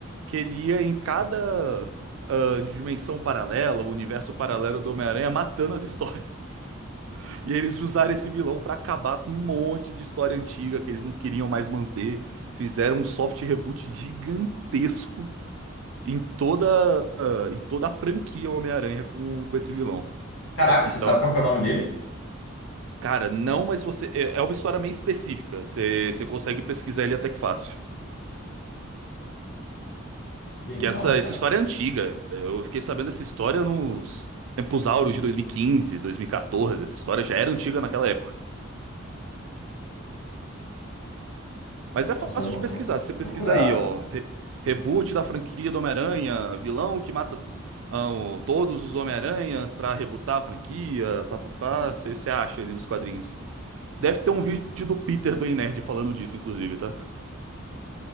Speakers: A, on the right (about 70°); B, on the left (about 70°).
A: que ele ia em cada ah, dimensão paralela, o universo paralelo do Homem-Aranha, matando as histórias. <laughs> E eles usaram esse vilão pra acabar com um monte de história antiga que eles não queriam mais manter. Fizeram um soft reboot gigantesco em toda, em toda a franquia Homem-Aranha com, com esse vilão.
B: Caraca, você
A: Então,
B: sabe qual que é o nome dele?
A: cara, não, mas você. É é uma história meio específica. Você, você consegue pesquisar ele até que fácil.
B: Que legal,
A: Que essa,
B: cara.
A: essa história é antiga. Eu fiquei sabendo dessa história nos tempos áureos de 2015, 2014. Essa história já era antiga naquela época. Mas é fácil
B: Nossa, eu vou,
A: de pesquisar.
B: eu vou
A: Você pesquisa
B: procurar.
A: aí, ó. re- reboot da franquia do Homem-Aranha, vilão que mata ah, o- todos os Homem-Aranhas pra rebootar a franquia, papapá. Você você acha ali nos quadrinhos. Deve ter um vídeo do Peter do Ei Nerd falando disso, inclusive, tá?